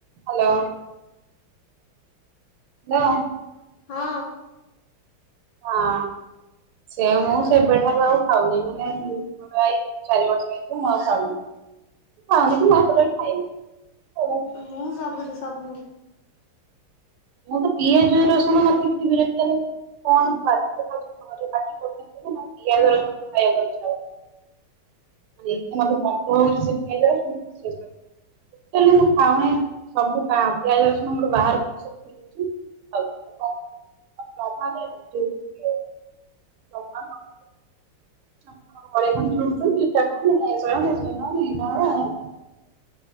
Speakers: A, on the right (about 75°); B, on the left (about 65°).
A: ହ୍ୟାଲୋ ହଲ
B: ହଁ
A: ହଁ ସେ ମୁଁ ସେବେଠାରୁ ଆଉ ଖାଉନି। ମାନେ <inaudible> ଚାରି ବର୍ଷ ହେଇ ମୁଁ ଖାଉ ଖାଉନି। ଖାଉନି କି ମୁଁ ଆଉ ଟୋଟାଲି ଖାଇନି।
B: ମୁଁ ସବୁଦି ସବୁ।
A: ମୁଁ ତ ପିଆଜ ରସୁଣ ମତେ ଏତେ ବିରତିଆ ଲାଗ କଣରେ ଖାଉଛି ଘରେ। ପିଆଜ ରସୁଣ ଖାଇବାକୁ ଆଉ ଇଛା ହଉନି। ମାନ ଏତେ ମତେ କମ୍ପ ହଉଚି ସେ ପିଆଜ ରସୁଣ <inaudible> ଲେ ମୁଁ ଖାଉଣ ସବୁ ପିଆଜ ରସୁଣୋର ବାହାର ସବୁ ଠିକ ଅଛି <inaudible> <unintelligible> <unintelligible>